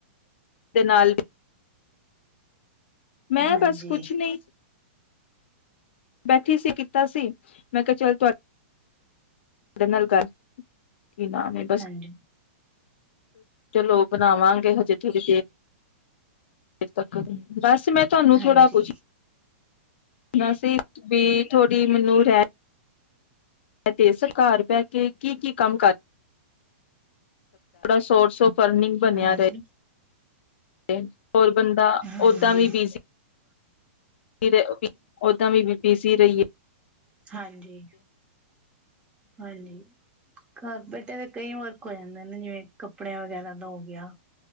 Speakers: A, on the left (about 65°); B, on the right (about 15°).
A: ਦੇ ਨਾਲ ਮੈਂ
B: ਹਾਂਜੀ
A: ਬਸ ਕੁਛ ਨਈ। ਬੈਠੀ ਸੀ ਕੀਤਾ ਸੀ ਮੈਂ ਕਿਹਾ ਚੱਲ ਤੁਹਾ ਤੁਹਾਡੇ ਨਾਲ ਗੱਲ ਕੀ ਨਾਮ ਏ ਬਸ
B: ਹਾਂਜੀ
A: ਚਲੌ ਬਨਾਵਾਂਗੇ ਹਜੇੇ ਦੇਰ ਦੇਰ ਤੱਕ ਬਸ ਮੈਂ ਤੁਹਾਨੂੰ
B: ਹਾਂਜੀ
A: ਥੋੜ੍ਹਾ ਕੁੱਛ ਨਸੀ ਵੀ ਥੋੜੀ ਮੈਨੂੰ ਰਹਿ ਤੇ ਸਰ ਘਰ ਬਹਿ ਕੇ ਕੀ ਕੀ ਕੰਮ <unintelligible> ਕਰ ਸੋ ਸੌ ਫਰਨਿੰਗ ਬਣਿਆ
B: ਹਾਂਜੀ
A: ਰਹੇ ਹੋਰ ਬੰਦਾ
B: ਹਾਂਜੀ
A: ਓਦਾਂ ਵੀ ਬਿਜੀ ਓਦਾਂ ਬਿ ਬਿਜੀ ਰਹੀਏ।
B: ਹਾਂਜੀ ਹਾਂਜੀ ਕਾਰਪੇਟਾਂ ਦੇ ਕਈ ਵਰਕ ਹੋ ਜਾਂਦੇ ਨੇ ਜਿਵੇਂ ਕੱਪੜਿਆਂ ਵਗੈਰਾ ਦਾ ਹੋ ਗਿਆ।